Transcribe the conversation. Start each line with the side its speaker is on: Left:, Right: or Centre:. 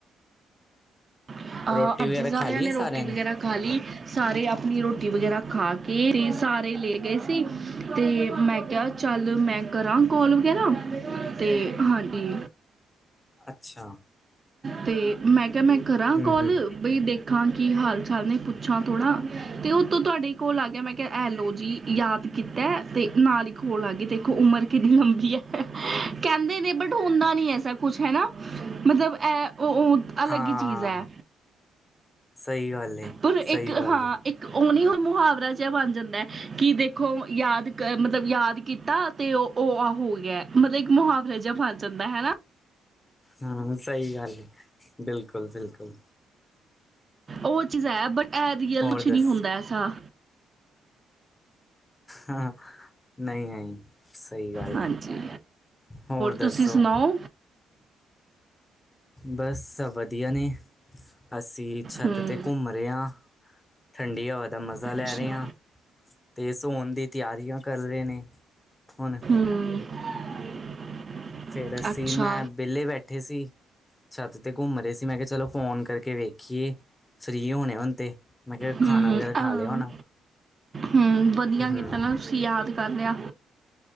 Right: ਅਹ
Left: ਰੋਟੀ
Right: ਹਾਂਜੀ
Left: ਵਗੈਰਾ ਖਾ ਲਈ ਏ ਸਾਰਿਆਂ
Right: ਰੋਟੀ ਵਗੈਰਾ
Left: ਨੇ?
Right: ਖਾ ਲਈ, ਸਾਰੇ ਆਪਣੀ ਰੋਟੀ ਵਗੈਰਾ ਖਾ ਕੇ, ਤੇ ਸਾਰੇ ਲੈ ਗਏ ਸੀ ਤੇ ਮੈ ਕਿਆ ਚੱਲ ਮੈਂ ਕਰਾਂ ਕੋਲ ਵਗੈਰਾ ਤੇ ਹਾਂਜੀ।
Left: ਅੱਛਾ!
Right: ਤੇ ਮੈਂ ਕਿਹਾ, ਮੈਂ ਕਰਾਂ
Left: ਹੂੰ-ਹੂੰ,
Right: ਕਾਲ ਬਈ ਦੇਖਾਂ ਕੀ ਹਾਲ - ਚਾਲ ਨੇ ਪੁੱਛਾਂ ਥੋੜ੍ਹਾ, ਤੇ ਉਹ ਤੋਂ ਤੁਹਾਡਾ ਹੀ ਕੋਲ ਆ ਗਿਆ ਮੈਂ ਕਿਹਾ ਐਲੋ ਜੀ। ਯਾਦ ਕੀਤਾ ਤੇ ਨਾਲ ਹੀ ਕੋਲ ਆ ਗਈ, 'ਦੇਖੋ ਉਮਰ ਕਿੰਨੀ ਲੰਬੀ ਏ। ਕਹਿੰਦੇ ਨੇ ਬਟ ਹੁੰਦਾ ਨੀ ਐਸਾ ਕੁਛ ਹੈਨਾ, ਮਤਲਬ ਇਹ ਉ ਅਲਗ
Left: ਹਾਂ
Right: ਈ ਚੀਜ਼ ਐ।
Left: ਸਹੀ ਗੱਲ ਏ
Right: ਪਰ
Left: ਸਹੀ
Right: ਇੱਕ
Left: ਗੱਲ
Right: ਹਾਂ,
Left: ਏ
Right: ਇੱਕ ਉਂ ਨੀ ਹੁਣ ਮੁਹਾਵਰਾ ਜੇਆ ਬਨ ਜਾਂਦੈ, ਕਿ ਦੇਖੋ ਯਾਦ ਕ ਮਤਲਬ ਯਾਦ ਕੀਤਾ ਤੇ ਓ, ਓ ਆਹ ਹੋ ਗਿਆ। ਮਤਲਬ ਇੱਕ ਮੁਹਾਵਰਾ ਜਾ ਬਨ ਜਾਂਦੈ, ਹੈਨਾ?
Left: ਹੂੰ, ਸਈ ਗੱਲ ਏ। ਬਿਲਕੁਲ, ਬਿਲਕੁਲ
Right: ਓ ਚੀਜ਼ ਹੈ, ਬਟ ਐ ਰੀਅਲ
Left: ਹੋਰ
Right: ਕੁੱਛ
Left: ਦੱਸ
Right: ਨੀ ਹੁੰਦੈ ਐਸਾ।
Left: ਹਾਂ, ਨਹੀਂ- ਨਹੀਂ। ਸਈ ਗੱਲ
Right: ਹਾਂਜੀ
Left: ਏ, ਹੋਰ
Right: ਤੁਸੀਂ
Left: ਦੱਸੋ?
Right: ਸੁਣਾਓ
Left: ਬੱਸ ਵਧੀਆ ਨੇ, ਅਸੀ ਛੱਤ
Right: ਹੂੰ
Left: ਤੇ ਘੁੰਮ ਰੇ ਆਂ, ਠੰਡੀ ਹਵਾ ਦਾ ਮਜ਼ਾ ਲੈ
Right: ਅੱਛਾ
Left: ਰੇ ਆਂ। ਤੇ ਸੋਨ ਦੀ ਤਿਆਰੀਆਂ ਕਰ ਰੇ ਨੇ, ਹੁਨ।
Right: ਹੂੰ।
Left: ਫੇਰ ਅਸੀ
Right: ਅੱਛਾ
Left: ਮੈਂ ਬੇਲੇ ਬੈ ਠੇ ਸੀ, ਛੱਤ ਤੇ ਘੁੰਮ ਰੇ ਸੀ, ਮੈਂ ਕਿਆ ਚਲੋ ਫੋਨ ਕਰਕੇ ਵੇਖੀਏ। ਫ੍ਰੀ ਹੋਣੇ ਹੁਨ ਤੇ, ਮੈਂ ਕਿਆ
Right: ਹੂੰ
Left: ਖਾਣਾ ਵਗੈਰਾ
Right: ਅਮ,
Left: ਖਾ ਲਿਆ ਹੋਣਾ।
Right: ਹੂੰ, ਵਧੀਆ
Left: ਹੂੰ
Right: ਕੀਤਾ ਨਾ ਤੁਸੀ, ਯਾਦ ਕਰ ਲਿਆ।